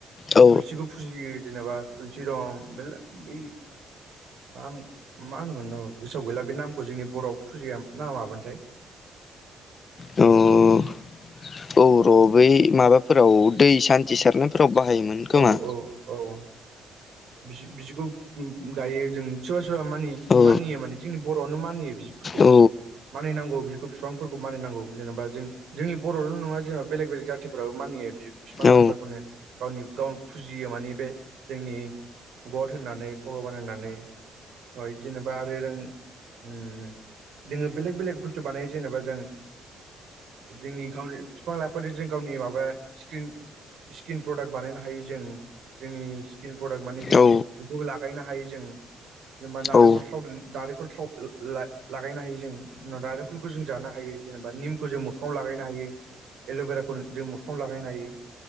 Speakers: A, on the left; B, on the right.
A: औ
B: थुलसिखौ फुजियो जेनेबा थुलसि दं बेलेग बै नाम मा होनोमोन गोसोआव गैला बे नाम जोंनि बर'आबो फुजियो ना मामोनथाय
A: औ औ र' बै माबाफोराव दै सान्थि सारनायफोराव बाहायोमोन। खोमा
B: औ औ औ ओम बिदि-बिदिखौ गायो जों। सोरबा -सोरबा मानि-
A: औ
B: मानियो, माने जोंनि बर'आवनो मानियो <unintelligible>
A: औ
B: मानिनांगौ बिखौ बिफांफोरखौ मानिनांगौ जेनेबा जों जोंनि बर'ल' नङा जेनबा बेलेग बेलेग जातिफ्राबो मानियो बि बिफां
A: औ
B: लाइफांखौनो गावनि गाव फुजियो माने बे जोंनि गद होननानै भगबान होननानै <unintelligible> जेनेबा आरो रों ओम जोङो बेलेग बेलेग बुस्थु बानायो जेनेबा जों जोंनि गावनि बिफां -लाइफां जों गावनि माबा स्किन-स्किन प्रडाक्ट बानायनो हायो जों। जोंनि स्किन प्रडाक्ट माने जों
A: औ
B: बेखौबो लागायनो हायो जों। जेनेबा नारेंखल
A: औ
B: थाव नारेंखल थाव ला-लागायनो हायो जों। नारेंखलखौ जों जानो हायो। जेनेबा निमखौ जों मोखाङाव लागायनो हायो। एल'बेराखौ जों मोखाङाव लागायनो हायो।